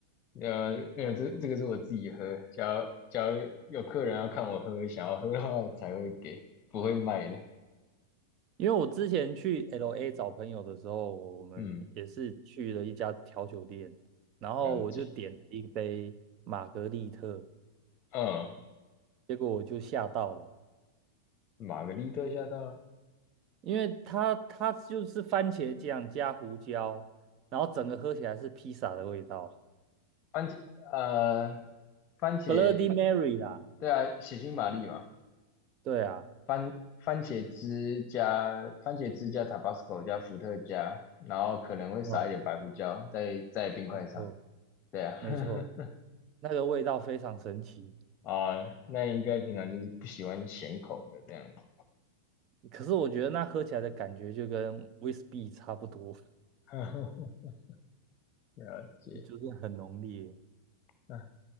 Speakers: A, on the left; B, on the right.
A: 呃，没有，这这个是我自己喝，只要只要有客人要看我喝，想要喝的话才会给，不会卖的。
B: 因为我之前去 LA 找朋友的时候，我们也是去了一家调酒店，
A: 嗯，
B: 然后我就点了一杯玛格丽特，
A: 了解。嗯，
B: 结果我就吓到了，
A: 玛格丽特下到
B: 因为它它就是番茄酱加胡椒，然后整个喝起来是披萨的味道
A: 番茄，呃，番茄，
B: ，Bloody Mary 啦，
A: 对啊，血腥玛丽嘛，
B: 对啊，
A: 番番茄汁加番茄汁加 Tabasco 加伏特加，然后可能会撒一点白胡椒在在冰块上。
B: 嗯，没错
A: 对啊。<laughs>
B: 没错，那个味道非常神奇，
A: 啊，那应该平常就是不喜欢咸口的这样子。
B: 可是我觉得那喝起来的感觉就跟 w h i s b y 差不多。
A: <laughs> 了解，
B: 就是很浓烈。
A: 那